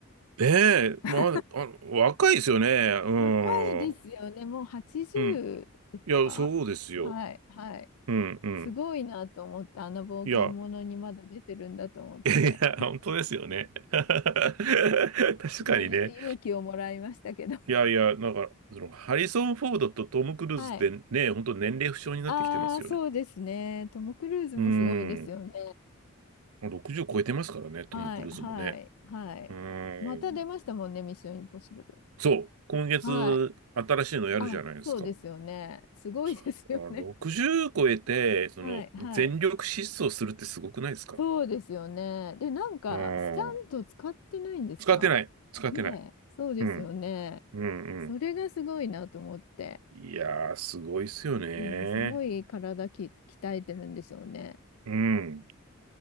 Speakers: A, on the right; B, on the left.
A: ねえ、まあ、
B: <laughs>
A: あの、若いですよね。う
B: 若いですよね。
A: ん。
B: もう80ですかはい、
A: うん。いや、そうですよ。
B: はい。
A: うん、うん。
B: すごいなと思って、あの冒険者にまだ出てるんだと思って。
A: いや、いや、本当ですよね。<laughs> 確かにね。
B: もうゆ勇気をもらいましたけど。
A: いやいや、なんか、その、ハリソン・フォードとトム・クルーズってね、
B: はい。
A: 本当年齢不詳になってきてますよね。
B: ああ、そうですね。トム・クルーズもすごいですよね。
A: うーん。60超えてますからね、トム・
B: はい、
A: クルーズもね。
B: はい、はい。
A: うーん。
B: また出ましたもんね、ミッション・インポッシブル。
A: そう。今月、
B: はい。
A: 新しいのやるじゃないですか。
B: あ、そうですよね。すごいですよね。
A: そう60超えて、
B: <laughs>
A: その、
B: はい、はい。
A: 全力疾走するってすごくないですか
B: そうですよね。で、なんか、
A: うん。
B: スタント使ってないんですか
A: 使ってない。使ってない。
B: ねえ、そうですよね。
A: うん。うんうん。
B: それがすごいなと思って。
A: いやー、すごいっすよね。
B: うん、すごい体き鍛えてるんでしょうね。
A: うん。